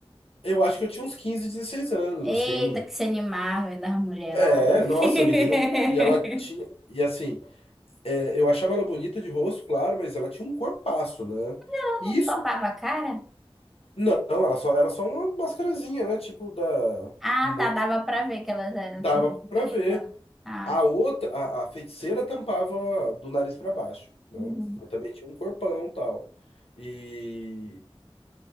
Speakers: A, on the left; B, in the centre.
A: Eu acho que eu tinha uns 15, 16 anos,
B: Eita,
A: assim.
B: que se animava das mulheres
A: É,
B: lá.
A: nossa, menina.
B: <laughs>
A: E ela tinha. E assim, É, eu achava ela bonita de rosto, claro, mas ela tinha um corpaço, né?
B: Ela
A: E
B: Não
A: isso,
B: topava a cara?
A: não, ela só era só uma mascarazinha, né? Tipo, da,
B: Ah,
A: mo-
B: tá, dava pra ver que elas eram,
A: dava
B: tipo,
A: pra
B: bonitas.
A: ver.
B: Ah,
A: A outra, a, a feiticeira tampava do nariz pra baixo, né?
B: uhum.
A: Mas também tinha um corpão e tal. E,